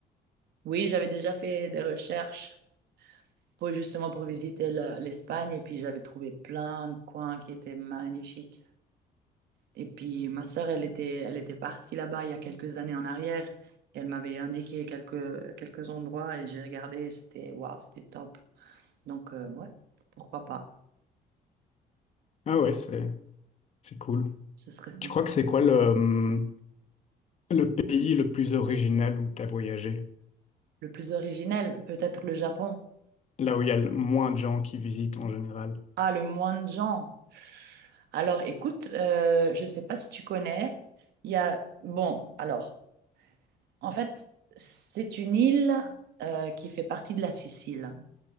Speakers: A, on the right; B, on the left.
A: Oui, j'avais déjà fait des recherches pour justement pour visiter le- l'Espagne et puis j'avais trouvé plein de coins qui étaient magnifiques. Et puis ma sœur, elle était, elle était partie là-bas il y a quelques années en arrière et elle m'avait indiqué quelques, quelques endroits et j'ai regardé, et c'était waouh, c'était top. Donc euh, ouais, pourquoi pas?
B: Ah ouais, c'est c'est cool.
A: Ce serait sympa.
B: Tu crois que c'est quoi le, hum, Le pays le plus original où tu as voyagé,
A: Le plus originel, peut-être le Japon.
B: là où il y a le moins de gens qui visitent en général.
A: Ah, le moins de gens. Alors écoute, euh, je ne sais pas si tu connais, il y a, bon, alors. En fait, c'est une île euh, qui fait partie de la Sicile.